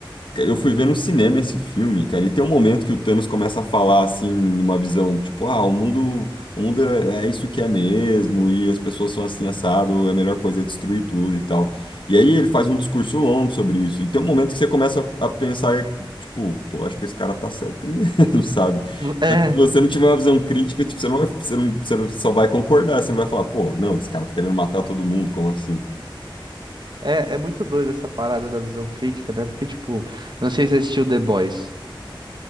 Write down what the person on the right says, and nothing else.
É,
é, é muito doido essa parada da visão crítica, né? Porque, tipo, não sei se você assistiu The Boys.